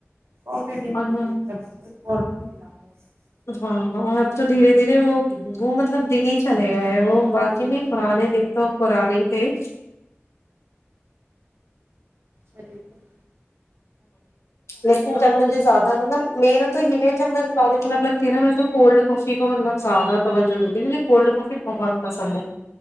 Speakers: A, on the right; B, on the left.
A: کافی بھی نہیں
B: اور
A: پیتے
B: ہ <unintelligible>
A: اتنا بچوں کو کولڈ ڈرنک دلاا دو <unintelligible> بچوں
B: ہاں
A: کو
B: اور اب تو دھیرے دھیرے وہ <unintelligible> وہ مطلب دن ہی چلے گئے وہ واقی
A: دینی
B: میں
A: چاہیے
B: پرانے دن تو پرانے ہی تھے <unintelligible>
A: چری تو <unintelligible>
B: لیکن جب مجھے زیادہ
A: رہا ہے
B: مطلب میرا تو یہ ہے جب میں زیادہ <unintelligible> مطلب لگتی ہے نا میں تو کولڈ کافی کو مطلب زیادہ توجہ دیتی ہ مجھے کولڈ کافی بہت پسند ہے